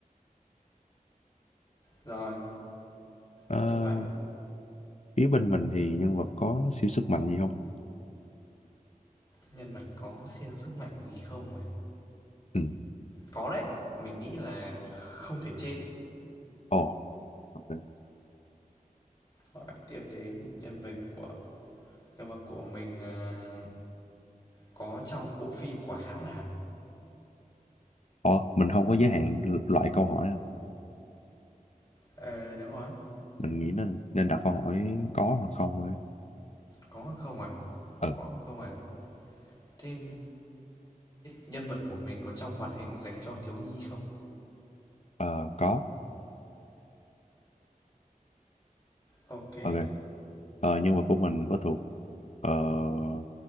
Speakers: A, on the left (about 30°); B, on the left (about 50°).
A: Rồi,
B: Ờ,
A: đến lượt bạn.
B: phía bên mình thì nhân vật có siêu sức mạnh gì không?
A: Nhân vật có siêu sức mạnh gì không à?
B: Ừ.
A: Có đấy, mình nghĩ là Không thể chết.
B: Ồ. ok
A: hỏi tiếp đến nhân vật của nhân vật của mình, à, có trong bộ phim của hãng nào?
B: Ủa, mình không có giới hạn loại câu hỏi à?
A: Ờ, đúng rồi,
B: Mình nghĩ nên nên đặt câu hỏi có hoặc không thôi.
A: có hoặc không à?
B: Ừ,
A: Có hoặc không à? Thế m nhân vật của mình có trong hoạt hình dành cho thiếu nhi không?
B: ờ, có.
A: ok kê,
B: Ok. Ờ, nhân vật của mình có thuộc ờ,